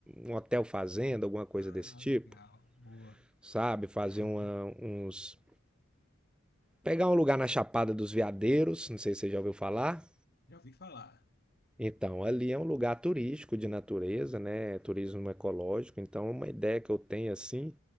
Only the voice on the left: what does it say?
Ah,
legal, boa.
Uhum.
Já ouvi falar.